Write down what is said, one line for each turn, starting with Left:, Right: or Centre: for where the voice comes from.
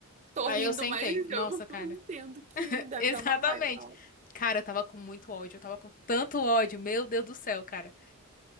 Right: Tô
Left: Aí
Right: rindo,
Left: eu sentei.
Right: mas eu
Left: Nossa,
Right: <laughs>
Left: cara.
Right: entendo que deve
Left: Exatamente.
Right: dar uma raiva na hora.
Left: Cara, eu tava com muito ódio, eu tava com tanto ódio, meu Deus do céu, cara.